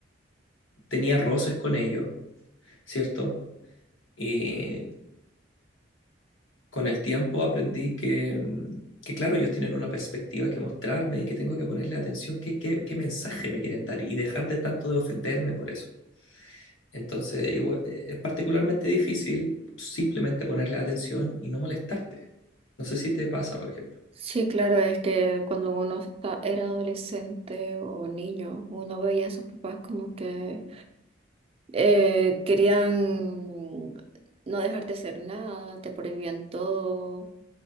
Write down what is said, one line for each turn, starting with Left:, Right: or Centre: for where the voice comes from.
Left: tenía roces con ellos, ¿cierto? y con el tiempo aprendí que, mm, que, claro, ellos tienen una perspectiva que mostrarme y que tengo que ponerle atención qué, qué, qué mensaje me quieren dar y dejar de tanto de ofenderme por eso. Entonces, igu- eh, es particularmente difícil simplemente ponerle atención y no molestarte. No sé si te pasa, por ejemplo.
Right: Sí, claro, es que cuando uno está- era adolescente o niño, uno veía a sus papás como que eh, querían no dejarte hacer nada, te prohibían todo